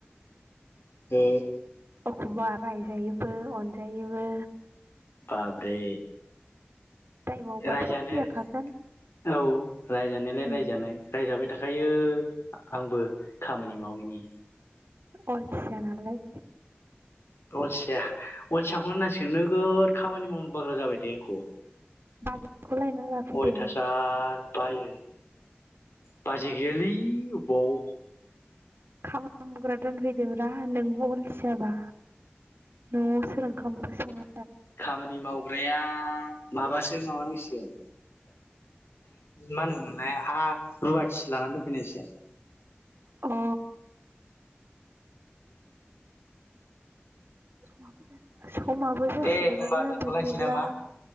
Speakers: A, on the left (about 85°); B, on the right (about 65°).
A: ओ
B: अखमबा रायजायोबो अनजायोबो
A: बाब्रे।
B: टाइमावबाथ'
A: रायजानाया
B: रायजाखागोन
A: औ रायजानायालाय
B: उम
A: रायजानाय रायजाबाय थाखायो। आंबो खामानि मावैनि
B: अलसियानालाय।
A: अलसिया अलयाखौनो नांसिगोन नोगोद खामानि मावनो बाग्रा जाबाय दे आंखौ
B: बाजैखौ लायना लाफैदो
A: अयथासार बायो बाजि गैयालै अबावाव
B: खामनि मावग्रा दोनफैदोब्रा नोंबो अलसियाबा नआव सोर ओंखाम ओंखौ संनो
A: खामानि मावग्राया माबासो माबानांसिगोन माहोनो मोनलाय ह रुवाथि लानानै दोनफैनांसिगोन।
B: अ। <inaudible> समाबो जासिगोनानो
A: दे होमबा दोनथ'लायनोसै
B: बिब्दिब्ला
A: नामा